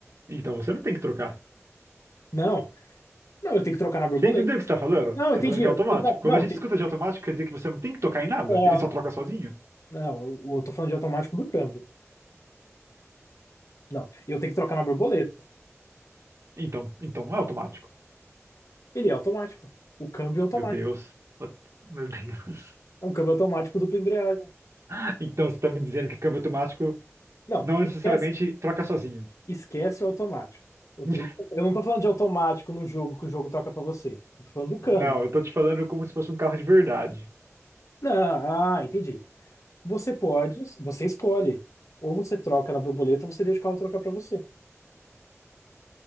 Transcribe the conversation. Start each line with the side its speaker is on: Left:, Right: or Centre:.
Right: Então você não tem que trocar.
Left: Não, não, eu tenho que trocar na borboleta.
Right: Você entendeu o que você tá falando?
Left: Não,
Right: Você
Left: eu
Right: tá
Left: entendi.
Right: falando que
Left: Eu,
Right: é automático.
Left: eu- não,
Right: Quando
Left: não,
Right: a gente
Left: tem,
Right: escuta de automático, quer dizer que você não tem que tocar em nada?
Left: ah,
Right: Ele só
Left: não,
Right: troca sozinho?
Left: não, eu, eu tô falando de automático do câmbio. Não, eu tenho que trocar na borboleta.
Right: Então, então não é automático.
Left: Ele é automático. O câmbio é automático.
Right: Meu Deus. Meu Deus.
Left: É um câmbio automático dupla embreagem.
Right: <laughs> Então você está me dizendo que câmbio automático
Left: Não,
Right: não necessariamente
Left: esquece,
Right: troca sozinho.
Left: esquece o automático. Eu,
Right: <laughs>
Left: tô- eu não tô falando de automático no jogo que o jogo troca pra você. Eu tô falando do câmbio.
Right: Não, eu tô te falando como se fosse um carro de verdade.
Left: Não, ah, entendi. Você pode, você escolhe. Ou você troca na borboleta ou você deixa o carro trocar pra você.